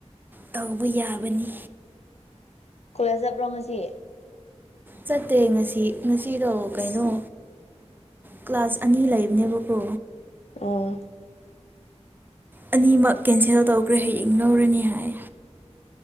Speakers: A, on the right (about 15°); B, on the left (about 65°).
A: ꯇꯧꯕ ꯌꯥꯕꯅꯤ
B: ꯀꯣꯂꯦꯖ ꯆꯠꯄ꯭ꯔꯣ ꯉꯁꯤ
A: ꯆꯠꯇꯦ ꯉꯁꯤ ꯉꯁꯤꯗꯣ ꯀꯩꯅꯣ ꯀ꯭ꯂꯥꯁ ꯑꯅꯤ ꯂꯩꯕꯅꯦꯕꯀꯣ
B: ꯑ
A: ꯑꯅꯤ ꯃꯛ ꯀꯦꯟꯁꯦꯜ ꯇꯧꯈ꯭ꯔꯦ ꯍꯌꯦꯡ ꯂꯧꯔꯅꯤ ꯍꯥꯏ